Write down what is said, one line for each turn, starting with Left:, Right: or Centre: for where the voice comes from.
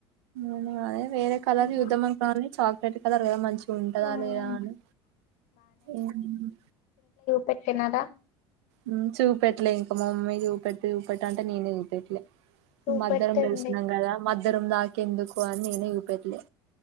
Right: ఉమ్ అదే వేరే కలర్
Left: మ్మ్
Right: చూద్దం అనుకున్న కానీ చాక్లెట్ కలర్ కదా మంచి గ ఉంటదా
Left: మ్మ్
Right: లేదా అని ఉమ్
Left: పెట్టినారా
Right: ఉమ్ చూపెట్లే ఇంకా మా అమ్మీ చూపెట్టి చూపెట్ అంటే నేనే చూపెట్లే
Left: చూపెట్టండి
Right: మద్దరం వస్తున్నాం కదా మద్దరం దాక ఎందుకు అని నేనే చూపెట్లే